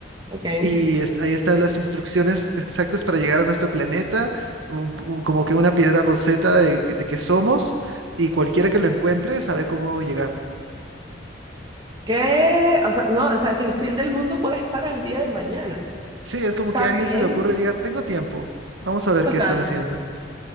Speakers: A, on the right (about 25°); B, on the right (about 75°).
A: Ok.
B: Y est- ahí están las instrucciones exactas para llegar a nuestro planeta, un- un- como que una piedra roseta de, de que somos, y cualquiera que lo encuentre sabe cómo llegar.
A: ¿Qué? O sea, no, o sea, que el fin del mundo puede estar el día de mañana.
B: Sí, es como
A: También,
B: que a alguien se le ocurre y diga, tengo tiempo, vamos a ver
A: total,
B: qué están haciendo.